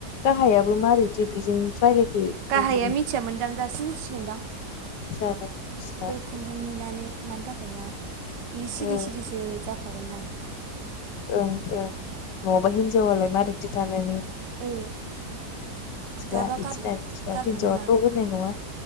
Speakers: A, on the left; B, on the right.
A: गाहायाबो मारैथो बेजों रायलायखो
B: गाहाया
A: गुबुन
B: मिथियामोनदां दासिम मिथिगोनदां
A: जार <unintelligible>
B: खोन्थानो नुनानै मानि थाखाय मा बे सिरि
A: ओं
B: सिरिसो जाखागोन ना।
A: ओं ओं न'ङाबा हिनजावालाय मारैदि थनि
B: ओ
A: सिब
B: दाबा गार
A: सिब
B: गारगोन
A: जथ'
B: ना मागोन
A: न नआ